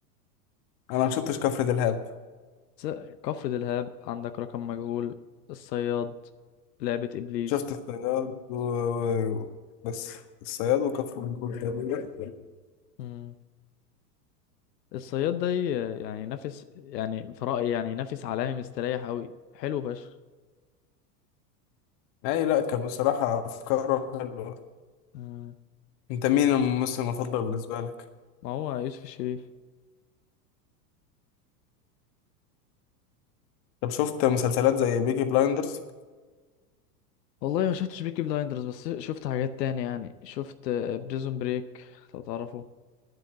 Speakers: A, on the left; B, on the left.
A: انا ما شفتش كفر دلهاب
B: س- كفر دلهاب عندك رقم مجهول الصياد لعبه ابليس
A: شفت الصياد و... و- بس الصياد وكفر منقول تقريبا
B: مم. الصياد ده ي- يعني ينافس يعني في رايي يعني ينافس عالمي مستريح قوي حلو فشخ
A: اي لا كان بصراحة افكاره حلوة
B: مم.
A: انت مين الممثل المفضل بالنسبة لك
B: ما هو يوسف الشريف
A: طب شفت مسلسلات زي بيكي بلايندرز
B: والله ما شفتش بيكي بلايندرز بس شفت حاجات تانية يعني شفت بريزون بريك لو تعرفه